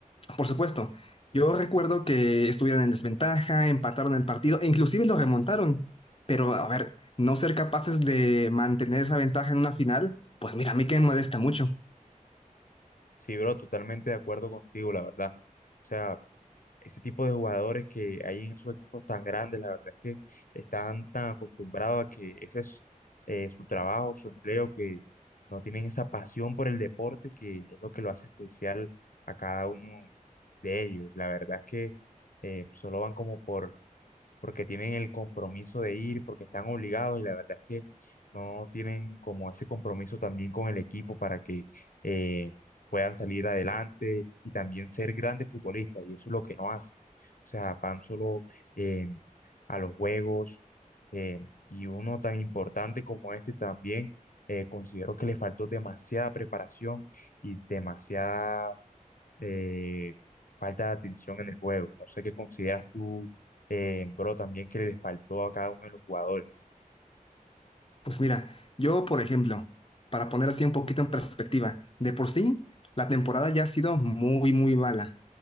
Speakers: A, on the left; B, on the left.
A: por supuesto, yo recuerdo que estuvieron en desventaja, empataron el partido e inclusive lo remontaron, pero a ver, no ser capaces de mantener esa ventaja en una final, pues mira, a mí que me molesta mucho.
B: Sí, bro, totalmente de acuerdo contigo, la verdad. O sea. ese tipo de jugadores que hay en esos equipos tan grandes, la verdad es que están tan acostumbrados a que ese es eh, su trabajo, su empleo, que no tienen esa pasión por el deporte que es lo que lo hace especial a cada uno de ellos. La verdad es que eh, solo van como por porque tienen el compromiso de ir, porque están obligados y la verdad es que no tienen como ese compromiso también con el equipo para que eh, puedan salir adelante y también ser grandes futbolistas y eso es lo que no hacen. O sea, van solo eh, a los juegos eh, y uno tan importante como este también. eh, considero que le faltó demasiada preparación y demasiada eh, falta de atención en el juego. No sé qué consideras tú, eh, bro, también que le faltó a cada uno de los jugadores.
A: Pues mira, yo por ejemplo, para poner así un poquito en perspectiva, de por sí la temporada ya ha sido muy, muy mala.